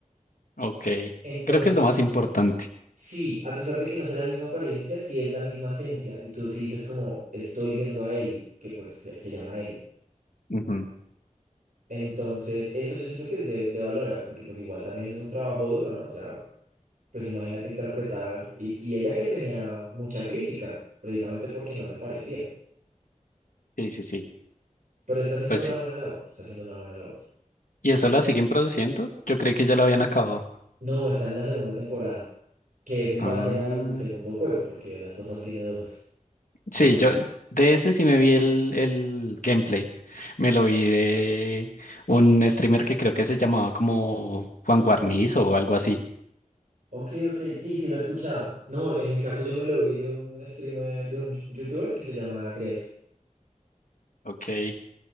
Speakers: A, on the left (about 80°); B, on the right (about 75°).
A: Ok,
B: Entonces,
A: creo que es lo más importante.
B: sí, a pesar de que no sea la misma apariencia, sí es la misma esencia. Y tú sí dices como, estoy viendo a Ellie, que pues se, se llama Ellie.
A: Ujú.
B: Entonces, eso yo siento que es de, de valorar, porque pues igual también es un trabajo duro, ¿no? O sea, pues imagínate interpretar, y, y ella que tenía mucha crítica, precisamente porque no se parecía,
A: Sí, sí, sí.
B: pero está haciendo
A: Pues
B: una
A: sí.
B: buena labor, está haciendo una buena labor.
A: ¿Y eso la siguen produciendo? Yo creí que ya lo habían acabado.
B: No, está en la segunda temporada, que es en
A: Ah,
B: base al segundo juego, porque The Last of Us tiene dos,
A: sí,
B: dos juegos.
A: yo de ese sí me vi el, el gameplay. Me lo vi de un streamer que creo que se llamaba como Juan Guarnizo o algo así.
B: Ok, ok, sí, sí, lo he escuchado. No, en mi caso yo me lo vi de un streamer, de un youtuber que se llama Gref.
A: Ok.